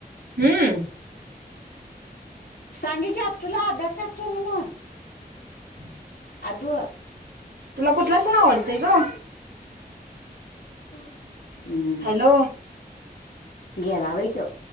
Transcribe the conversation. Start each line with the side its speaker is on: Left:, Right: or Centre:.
Right: हम्म
Left: सांग इकी आत्तूला अभ्यास करतूय म्हणून
Right: <unintelligible>
Left: आदू
Right: तुला
Left: मी
Right: कुठला
Left: तिकडे
Right: सण आवडतंय
Left: आलोय
Right: ग
Left: ना. <inaudible>
Right: हॅलो
Left: गेला बई त्यो